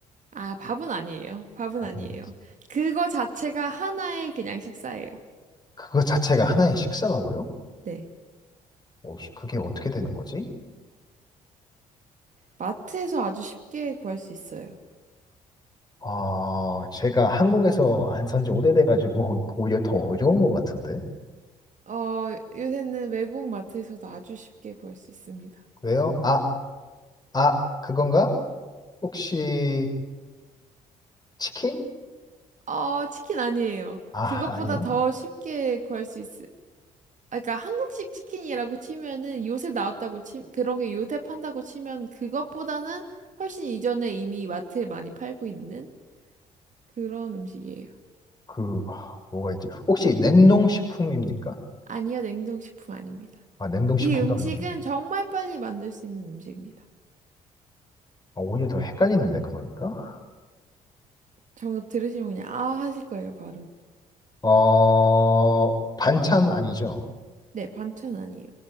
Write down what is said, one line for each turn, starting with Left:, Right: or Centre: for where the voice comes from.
Right: 아, 밥은 아니에요. 밥은
Left: 밥은
Right: 아니에요.
Left: 아니지.
Right: 그거 자체가 하나의 그냥 식사예요.
Left: 그거 자체가 하나의 식사라고요?
Right: 네.
Left: 어, 씨, 그게 어떻게 되는 거지?
Right: 마트에서 아주 쉽게 구할 수 있어요.
Left: 아, 제가 한국에서 안 산지 오래돼가지고 오히려 더 어려운 것 같은데.
Right: 어, 요새는 외국 마트에서도 아주 쉽게 구할 수 있습니다.
Left: 왜요? 아, 아, 그건가? 혹시 치킨?
Right: 어, 치킨 아니에요.
Left: 아,
Right: 그것보다
Left: <laughs> 아닌.
Right: 더 쉽게 구할 수 있, 아, 그러니까 한국식 치킨이라고 치면은 요새 나왔다고 치, 그런 게 요새 판다고 치면 그것보다는 훨씬 이전에 이미 마트에 많이 팔고 있는 그런 음식이에요.
Left: 그 뭐가 있지? 혹시 냉동식품입니까?
Right: 아니요, 냉동식품 아닙니다.
Left: 아, 냉동식품도
Right: 이 음식은
Left: 아니나?
Right: 정말 빨리 만들 수 있는 음식입니다.
Left: 아, 오히려 더 헷갈리는데 그러니까.
Right: 정답 들으시면 그냥 아 하실 거예요, 바로.
Left: 어, 반찬 아니죠?
Right: 네, 반찬 아니에요.